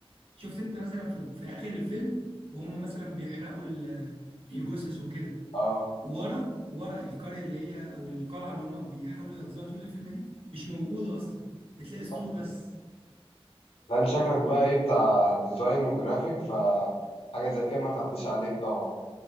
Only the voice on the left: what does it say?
اه
أصلاً.
لان شكلك بقى ايه بتاع ديزاين وجرافيك فحاجة زي كده ما تعديش عليك طبعا